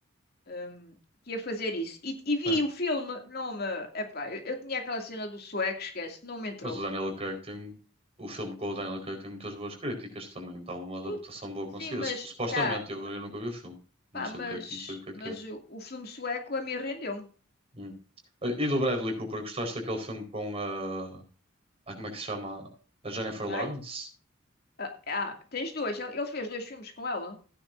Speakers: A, on the left (about 50°); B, on the right (about 30°).
A: um, que ia fazer isso. E, e vi
B: Sim.
A: o filme, não me. Epá, eu, eu tinha aquela cena do sueco, esquece, não me entrou.
B: Mas o Daniel Craig tem... O filme com o Daniel Craig tem muitas boas críticas também. Então, uma adaptação
A: Tudo.
B: boa conseguida.
A: Sim, mas
B: Sup- Supostamente,
A: tá.
B: eu,
A: ma-
B: eu nunca vi o filme. Não
A: Pá,
B: sei
A: mas,
B: do que é, que- não sei do que é que
A: mas
B: é.
A: o, o filme sueco a mim rendeu-me.
B: Hum. Olha, E do Bradley Cooper, gostaste daquele filme com a... Ah, como é que se chama? A Jennifer
A: O Night.
B: Lawrence?
A: Ah, ah, tens dois. Ele ele fez dois filmes com ela,